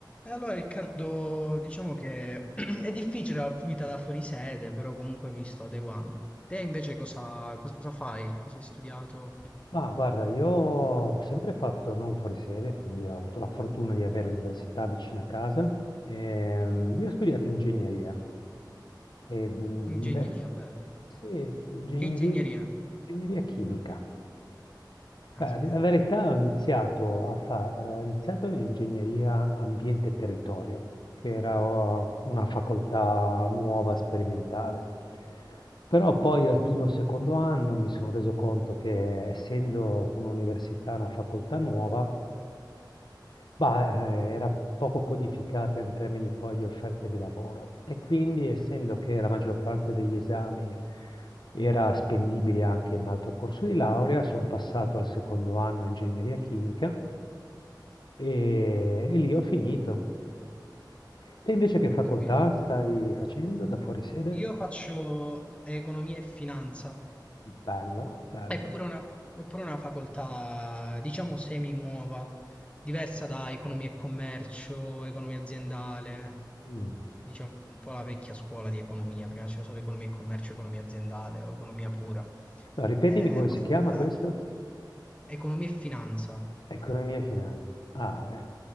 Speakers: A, on the left; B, on the left.
A: E allora Riccardo, diciamo che <clears throat> è difficile la vita da fuori sede, però comunque mi sto adeguando. Te invece cosa, cosa fai? Cosa hai studiato?
B: Ma guarda, io ho sempre fatto non fuori sede, quindi ho avuto la fortuna di avere l'università vicino a casa. Ehm, io ho studiato ingegneria e, mhmm,
A: Ingegneria,
B: il ve
A: bello.
B: sì, ingegneria
A: Che ingegneria?
B: ingegneria chimica.
A: Caspita.
B: Ah, d la verità ho iniziato a fa ehm, ho iniziato l'ingegneria ambiente e territorio, che era o una facoltà nuova, sperimentale. Però poi al primo o secondo anno mi son reso conto che essendo un'università, una facoltà nuova Bah, ehm, era poco codificata in termini poi di offerte di lavoro e quindi essendo che la maggior parte degli esami era spendibile anche in un altro corso di laurea, son passato al secondo anno a ingegneria chimica e e lì ho finito. Te invece che facoltà
A: Ho capito.
B: stai facendo da fuori sede?
A: Io faccio economia e finanza,
B: Bello, bello.
A: È pure una, è pure una facoltà, diciamo, semi nuova, diversa da economia e commercio, economia aziendale,
B: Mh.
A: diciamo un po' la vecchia scuola di economia, prima c'era solo economia e commercio, economia aziendale o economia pura.
B: Ripetimi
A: Eh,
B: come si chiama
A: mi piace.
B: questa?
A: Economia e finanza,
B: Economia e finanza. Ah, beh,